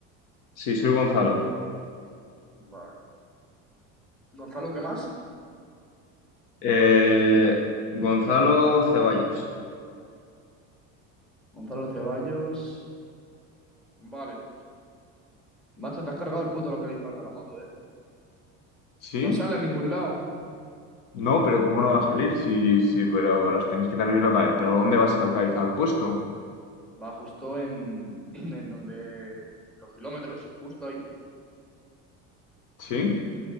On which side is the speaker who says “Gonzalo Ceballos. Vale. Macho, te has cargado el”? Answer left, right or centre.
Centre